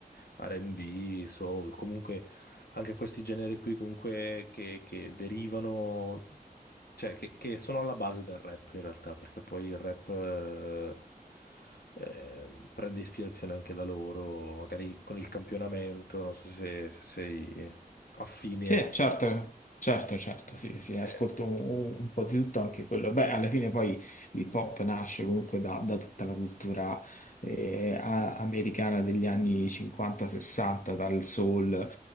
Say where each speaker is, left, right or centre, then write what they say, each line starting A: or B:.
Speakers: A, on the left; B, on the left.
A: R&B, soul, comunque anche questi generi qui comunque che, che derivano cioè che, che sono alla base del rap in realtà, perché poi il rap eh, eh, prende ispirazione anche da loro, magari con il campionamento, non so se, se sei affine.
B: Sì, certo, certo, certo, sì, sì, ascolto
A: Eh,
B: un, un po' di tutto anche quello. Beh, alla fine poi l'hip hop nasce comunque da, da tutta la cultura eh, a- americana degli anni 50-60, dal soul,